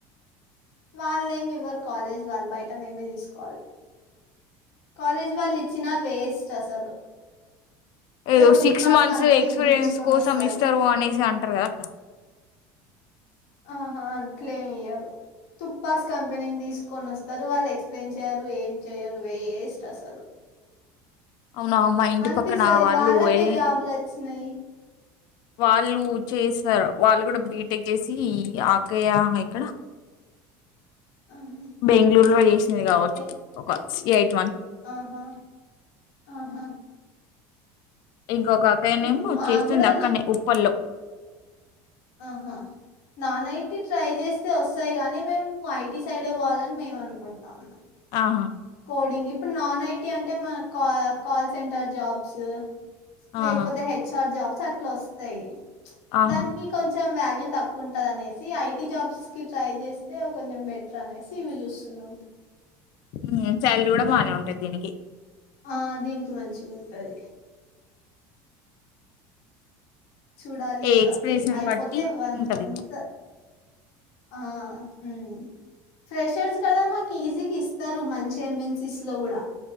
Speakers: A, on the left (about 80°); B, on the left (about 65°).
A: వాళ్ళేమి ఇవ్వరు కాలేజ్ వాళ్ళు బయట మేమే దిసుకోవాలి. కాలేజ్ వాళ్ళు ఇచ్చినా వేస్ట్ అసలు
B: ఏదో
A: తుప్పాస్
B: సిక్స్ మంత్స్
A: కంపెనీని
B: ఎక్స్పీరియన్స్
A: పిలుచుకొని
B: కోసం
A: వస్తారు
B: ఇస్తరు అనేసి అంట్ర గదా అక్క
A: ఆహా అట్లేవియరు. తుప్పాస్ కంపెనీని దిసుకొని వస్తరు. వాళ్ళ ఎక్సప్లయిన్ చేయరు, ఏం చేయరు వేస్ట్ అసలు.
B: అవునా మా ఇంటి
A: అనపిస్తది.
B: పక్కన వాళ్ళు
A: వాళ్ళకే
B: ఎల్
A: జాబలోచ్చినాయ్.
B: వాళ్ళు చేసార్ వాళ్ళు కూడా బీటెక్ జేసి యి ఆ అక్కయ్య ఎక్కడ
A: ఆహా
B: బెంగళూరులో ఏచనై గావచ్చు
A: ఏ-
B: ఒక సియట్
A: ఆహా ఆహా
B: ఇంకొక అక్కయనేమో
A: ఇప్పుడు మాకు
B: చేస్తుంది
A: కూడా
B: అక్కనే ఉప్పల్లో
A: ఆహాహ్ నాన్న ఏటి ట్రై జేసే వసయి గాని మేము ఐటీ సైడే బోవాలన్ మేమ్ అనుకుంటాము.
B: ఆహా
A: కోడింగ్ ఇప్పుడు నాన్ ఐటీ అంటే మనక్ కోఆయ్ కాల్ సెంటర్ జాబ్ సూ లేకపోతే
B: ఆహా
A: హెచ్ఆర్ జాబ్స్ అట్లా వస్తయ్
B: ఆహా
A: దానికి కోచ్ తోవ్ వాల్యూ తక్కువ ఉంటది అనేసి ఐటీ జాబ్స్ కి ట్రై జేస్తే కొంచెం బెటర్ అనేసి ఇవి చూసున్ లందే
B: ఉహ్ చల్రడీ గూడా బానే ఉంటది దీనికి
A: ఆ దీనికి మంచిగుంటది చూడాలి
B: ఏ
A: ఇంకా
B: ఎక్స్ప్రెషన్
A: ఇహ్ అయిపోతే
B: బట్టి
A: వన్
B: ఉంటది
A: మంతో ఆఆ హుమ్ ఫ్రెషర్స్ కదా మాక్ ఈజీగ్ ఇస్తరు మంచేన్ ఎమెన్సీస్ లో గూడ